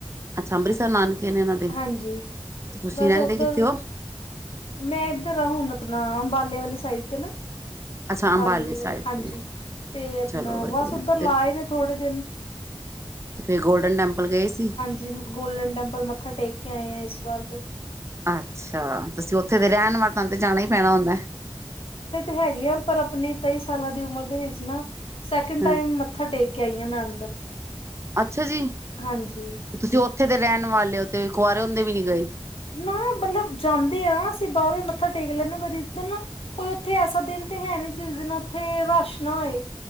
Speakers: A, on the right (about 30°); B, on the left (about 80°).
A: ਅੱਛਾ ਅੰਮ੍ਰਿਤਸਰ ਨਾਨਕੇ ਨੇ ਇਨਾਂ ਦੇ,
B: ਹਾਂਜੀ
A: ਤੇ ਤੁਸੀਂ
B: ਬਸ
A: ਰੇਂਦੇ
B: ਉੱਧਰ
A: ਕਿੱਥੇ ਔ?
B: ਮੈਂ ਇੱਧਰ ਆ ਹੁਣ ਆਪਣਾ ਅੰਬਾਲੇ ਵਾਲੀ ਸਾਈਡ ਤੇ ਨਾ।
A: ਅੱਛਾ
B: ਅੰਬਾਲੇ ਦੇ ਕੋਲ
A: ਸਾਈਡ
B: ਹਾਂਜੀ
A: ਤੇ
B: ਤੇ ਅਪਣਾ
A: ਚਲੋ ਵਧੀਆ
B: ਬਸ ਉੱਧਰ ਲਾਏ
A: ਤੇ
B: ਨੇ ਥੋੜੇ ਦਿਨ।
A: ਤੇ ਫੇਰ ਗੋਲਡਨ ਟੈਂਪਲ ਗਏ ਸੀ।
B: ਜੀ ਗੋਲਡਨ ਟੈਂਪਲ ਮੱਥਾ ਟੇਕ ਕੇ ਆਏ ਆ ਇਸ ਵਾਰ ਤੇ।
A: ਅੱਛਾ ਤੁਸੀਂ ਉੱਥੇ ਦੇ ਰੇਣ ਵਾ ਤਾਨ ਤੇ ਜਾਣਾ ਈ ਪੈਣਾ ਹੁੰਦਾ।
B: ਹੈਗੀ ਆ ਪਰ ਅਪਣੀ ਤੇਈ ਸਾਲਾਂ ਦੀ ਉਮਰ ਦੇ ਵਿੱਚ ਨਾ ਸੈਕਿੰਡ
A: ਹਾਂ
B: ਟਾਈਮ ਮ ਮੱਥਾ ਟੇਕ ਕੇ ਆਈ ਆ ਮੈਂ ਅੰਦਰ।
A: ਅੱਛਾ ਜੀ
B: ਹਾਂਜੀ
A: ਤੇ ਤੁਸੀਂ ਉੱਥੇ ਦੇ ਰੇਣ ਵਾਲੇ ਹੋ ਤੇ ਕੁਆਰੇ ਹੁੰਦੇ ਵੀ ਨੀ ਗਏ।
B: ਨਾ ਮਤਲੱਬ ਜਾਂਦੇ ਆ ਅਸੀਂ ਬਾਰੋ ਈ ਮੱਥਾ ਟੇਕ ਲੈਨੇ ਉਦਾ ਰੀਜ਼ਨ ਨਾ ਕੋਈ ਉੱਥੇ ਐਸਾ ਦਿਨ ਤੇ ਹੈ ਨੀ ਜਿਸ ਦਿਨ ਉੱਥੇ ਰਾਸ਼ ਨਾ ਹੋਏ।